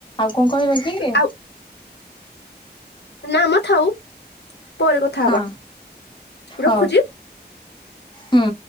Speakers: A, on the left (about 25°); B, on the left (about 80°).
A: ଆଉ କଣ କହିବ ଏତି କି?
B: ଆଉ ନା ମ ଥାଉ ପରେ କଥା
A: ହଁ
B: ହବା ରଖୁଛି।
A: ହଉ ହୁଁ।